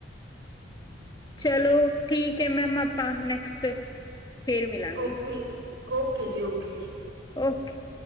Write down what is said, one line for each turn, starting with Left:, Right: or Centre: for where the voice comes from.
Right: <unintelligible>
Left: ਚਲੋ ਠੀਕ ਹੈ ਮੈਮ ਆਪਾਂ ਨੈਕਸਟ ਫੇਰ ਮਿਲਾਂਗੇ
Right: ਓਕੇ ਓਕੇ ਜੀ ਓਕੇ ਜੀ
Left: ਓ <unintelligible>